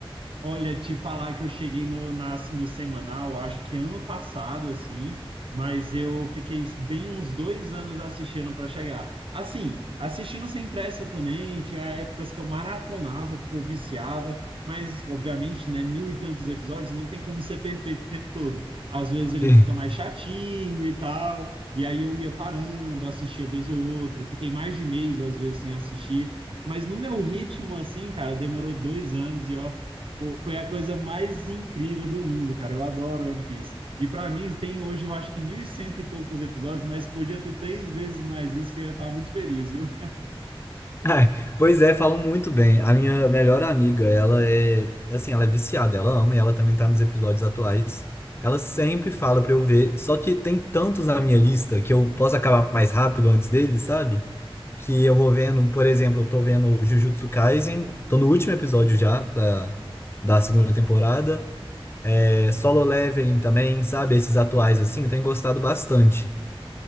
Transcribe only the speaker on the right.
Olha, te falar que eu cheguei no, nas- no semanal, acho que ano passado, assim, mas eu fiquei bem uns dois anos assistindo para chegar. Assim, assistindo sem pressa também, tinha épocas que eu maratonava, porque eu viciava, mas, obviamente, né, mil e tantos episódios, não tem como ser perfeito o tempo todo. Às vezes ele
fica mais chatinho e tal, e aí eu ia parando, assistia vez ou outra, fiquei mais de mês, às vezes, sem assistir, mas no meu ritmo, assim, cara, demorou dois anos e, ó. Pô, foi a coisa mais incrível do mundo, cara. Eu adoro One Piece. E pra mim, tem hoje, eu acho que mil e cento e poucos episódios, mas podia ter três vezes mais isso, que eu ia estar muito feliz, viu?